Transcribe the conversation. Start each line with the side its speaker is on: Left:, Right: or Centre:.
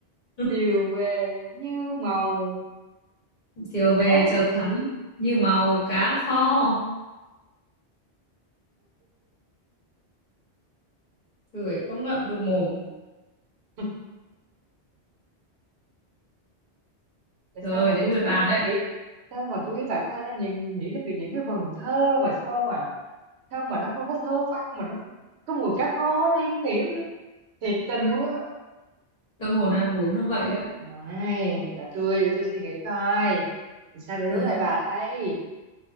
Left: <laughs>
Right: chiều về như màu
Left: Chiều về
Right: cá
Left: chợt thấy như màu cá kho, cười không ngậm được mồm.
Right: <laughs> tại
Left: Rồi
Right: sao mà
Left: đến
Right: tôi
Left: lượt
Right: với bà
Left: bà
Right: có
Left: đấy,
Right: thể nghĩ sao mà tôi với bà có thể là nhìn nghĩ đến những cái vần thơ mà sao mà sao mà nó không có thơ văn mà nó không có mùi cá kho ở đây không hiểu nữa thiệt tình luôn
Left: tâm hồn ăn uống nó vậy á.
Right: Ôi, để tôi để tôi suy nghĩ coi Thì sao để
Left: <laughs>
Right: đối lại bà đây